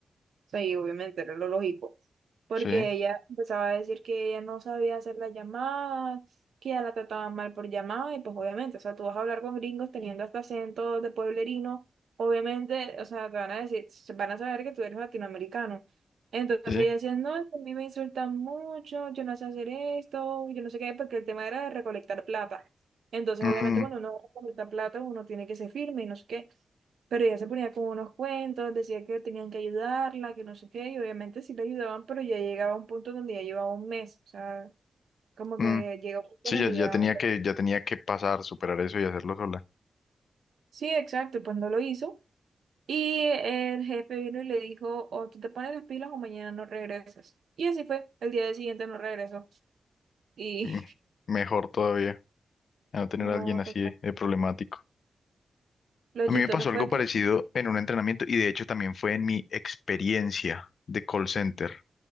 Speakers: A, on the right; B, on the left.
A: sea, y obviamente era lo lógico, porque
B: Sí,
A: ella empezaba a decir que ella no sabía hacer las llamadas, que ya la trataban mal por llamada, y pues obviamente, o sea, tú vas a hablar con gringos teniendo hasta acento de pueblerino, obviamente, o sea, te van a decir, se van a saber que tú eres latinoamericano. Entonces
B: sí.
A: ella decía, no, es que a mí me insultan mucho, yo no sé hacer esto, yo no sé qué, porque el tema era de recolectar plata. Entonces,
B: Ujú.
A: obviamente, cuando uno recolecta plata, uno tiene que ser firme y no sé qué. Pero ella se ponía con unos cuentos, decía que tenían que ayudarla, que no sé qué, y obviamente sí la ayudaban, pero ya llegaba a un punto donde ya llevaba un mes, o sea, como que
B: Mm,
A: llega un punto
B: sí,
A: donde
B: ya, ya
A: ya...
B: tenía que, ya tenía que pasar, superar eso y hacerlo sola.
A: Sí, exacto, pues no lo hizo. Y el jefe vino y le dijo, o tú te pones las pilas o mañana no regresas. Y así fue, el día siguiente no regresó. Y
B: Mm, mejor todavía, a no tener
A: <laughs> no,
B: a alguien así
A: total.
B: de, de problemático.
A: Lo
B: A
A: chistoso
B: mí me pasó
A: fue
B: algo parecido
A: que...
B: en un entrenamiento y de hecho también fue en mi experiencia de call center.